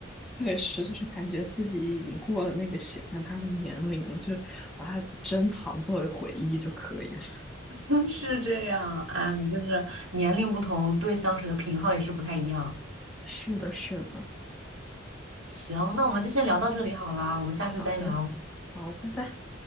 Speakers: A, in the centre; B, on the right.
A: 对，是，就是感觉自己已经过了那个喜欢他的年龄了，就把它珍藏作为回忆就可以了。
B: <laughs> 是这样，哎，就是年龄不同，对香水的品号也是不太一样。
A: 是的，是的，
B: 行，那我们就先聊到这里好啦，我们下次再聊，
A: 好的，好，拜拜。